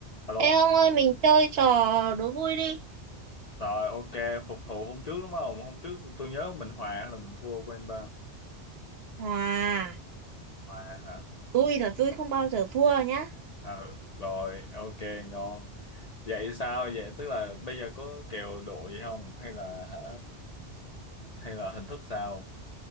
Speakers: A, on the left; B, on the right.
A: Alo,
B: Ê ông ơi mình chơi trò đố vui đi
A: rồi ok, phục thù hôm trước đúng không? Hôm trước tôi nhớ mình hòa hay là mình thua quên ta.
B: Hòa
A: Hòa hả?
B: Vui là vui không bao giờ thua nhá
A: Ừ, rồi, ok, ngon. Vậy sao? Vậy tức là bây giờ có kèo độ gì không? Hay là hả? Hay là hình thức sao?